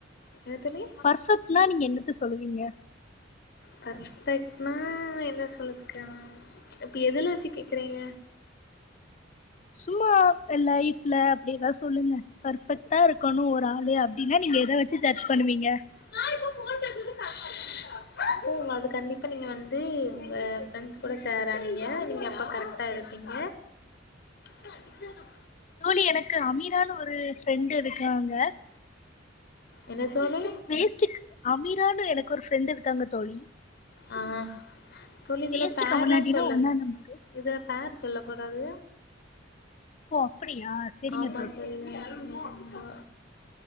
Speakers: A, on the left; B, on the left.
A: என்ன தோழி
B: பர்ஃபெக்ட்னா நீங்க என்னத்த சொல்லுவீங்க
A: பர்ச்சு டைப்னா என்ன சொல்லுதுக்கா இப்ப எதுலா வச்சு கேக்கிறீங்க
B: சும்மா லைஃப்ல அப்டி எதா சொல்லுங்க பர்ஃபெக்ட்டா இருக்கணு ஒரு ஆளு அப்டின்னா நீங்க எத வச் சு ஜச் பண்ணுவீங்க
A: நான் இப்ப போன் கதன் பூ அது கண்டிப்பாக நீங்க வந்து உங்க ஃப்ரெண்ட்ஸ் கூட சேராதீங்க நீங்க அப்ப கரெக்ட்டா இருப்பீங்க சாதிச்சானா
B: தோழி எனக்கு அமீரான்னு ஒரு ஃப்ரெண்டு இருக்காங்க
A: என்ன தோழி
B: வேஸ்ட்டுக்கு அமீரான்னு எனக்கு ஒரு ஃப்ரெண்டு இருக்காங்க தோழி
A: ஆ தோழி இதுல
B: வேஸ்ட்டு
A: பேர்ல்லா
B: கமனாட்டினா
A: சொல்லு
B: ஒன்னா நம்பரு
A: இதுல பேர் சொல்ல கூடாது
B: ஓ அப்படியா செரிங்க
A: ஆமா தோழி ஆமா ஆமா